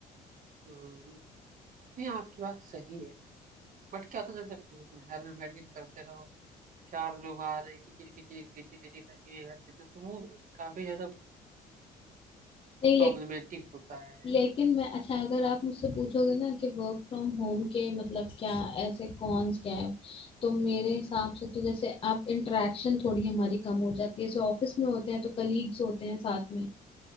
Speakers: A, on the right; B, on the left.
A: हम्म, नहीं आपकी बात सही है बट क्या होता है जैसे फैन- घर में बैठ के करते रहो चार लोग आ रहे हैं किचिर किचिर किचिर किचिर लगी हुई है घर के अंदर, तो वो भी काफी ज्यादा
B: नहीं
A: प्रॉब्लमेटिक
B: ले,
A: होता है
B: लेकिन मैं अच्छा अगर आप मुझसे पूछोगे ना कि वर्क फ्रॉम होम के मतलब क्या ऐसे कॉन्स क्या है तो मेरे हिसाब से तो जैसे आप इंटरेक्शन थोड़ी हमारी कम हो जाती है जैसे ऑफिस में होते हैं तो कलीग्स होते हैं साथ में